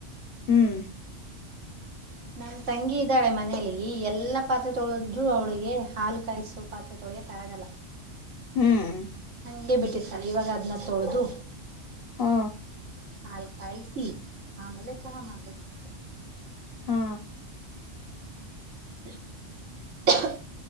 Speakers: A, on the left; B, on the right.
A: ಹ್ಮ್
B: ನನ್ ತಂಗಿ ಇದಾಳೆ ಮನೇಲಿ ಎಲ್ಲಾ ಪಾತ್ರೆ ತೊಳದ್ರು ಅವಳಿಗೆ ಹಾಲು ಕಾಯಸೋ ಪಾತ್ರೆ ತೊಳಿಯಕ ಆಗಲ್ಲ.
A: ಹ್ಮ್
B: ಹಂಗೆ ಬಿಟ್ಟಿರ್ ಇವಾಗ ಅದ್ನ ತೊಳ್ದು.
A: ಹಾ.
B: ಹಾಲ್ ಕಾಯಿಸಿ ಆಮೇಲೆ ಚಹಾ ಮಾಡ್ಬೇಕು.
A: ಹಾ.
B: <inaudible>